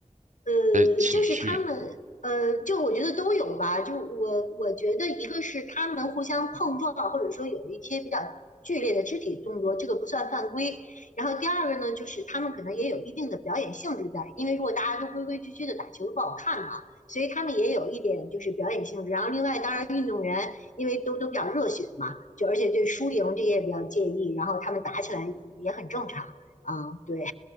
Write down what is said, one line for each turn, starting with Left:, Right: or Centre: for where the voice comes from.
Left: 呃，
Right: 的情绪，
Left: 就是他们，呃，就我觉得都有吧。就我我觉得一个是他们互相碰撞，或者说有一些比较剧烈的肢体动作，这个不算犯规。然后第二个呢，就是他们可能也有一定的表演性质在，因为如果大家都规规矩矩的打球不好看嘛，所以他们也有一点就是表演性质。然后另外，当然运动员因为都都比较热血嘛，就而且对输赢这些也比较介意，然后他们打起来也很正常啊，对。